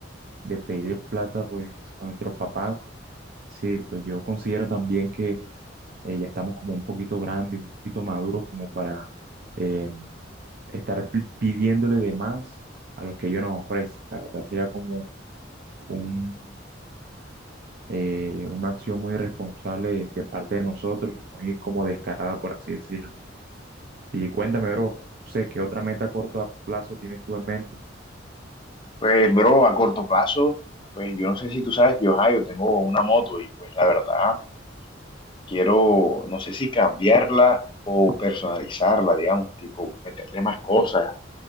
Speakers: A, on the right; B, on the left.
A: de pedir plata pues a nuestros papás, sí, pues yo considero también que eh, ya estamos como un poquito grandes, un poquito maduros como para... eh, estar pi- pidiéndole de más a lo que ellos nos ofrecen. La verdad sería como un, eh, una acción muy irresponsable de, de parte de nosotros y muy como descarada, por así decirlo. Y cuéntame, bro, sé qué otra meta a corto plazo tienes tú en mente.
B: Pues, bro, a corto plazo, pues yo no sé si tú sabes que yo, ajá, yo tengo una moto y pues la verdad quiero, no sé si cambiarla o personalizarla, digamos, tipo meterle más cosas,